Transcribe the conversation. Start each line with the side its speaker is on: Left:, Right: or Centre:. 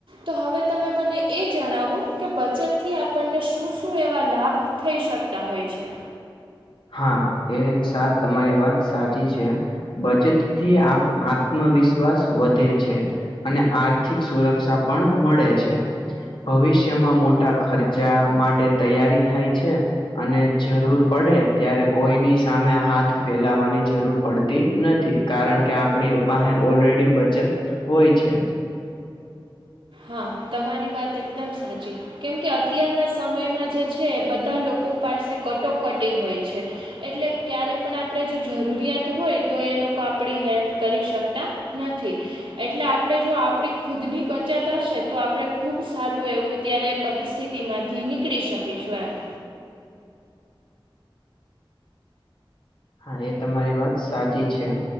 Right: તો હવે તમે મને એ જણાવો કે બચત થી આપણને શું-શું એવા લાભ થઈ શકતા હોય છે.
Left: હા એ તમારી વાત સાચી છે, બચતથી આપ આત્મવિશ્વાસ વધે છે, અને આર્થિક સુરક્ષા પણ મળે છે. ભવિષ્યમાં મોટા ખર્ચા માટે તૈયારી થાય છે. અને જરૂર પડે ત્યારે કોઈની સામે હાથ ફેલાવાની જરૂર પડતી નથી, કારણ કે આપણી પાહે ઓલરેડી બચત હોય છે.
Right: હા તમારી વાત એકદમ સાચી. કેમ કે અત્યારના સમયમાં જે છે એ બધા લોકો પાસે કટોકટી હોય છે. એટલે ક્યારેય પણ આપણે જો જરૂરિયાત હોય તો એ લોકો આપણી હેલ્પ કરી શકતા નથી એટલે આપણે જો આપણી ખુદની બચત હશે તો આપણે ખૂબ સારું એવું ત્યારે પરિસ્થિતિમાંથી નીકળી શકીશું એમ.
Left: હા એ તમારી વાત સાચી છે.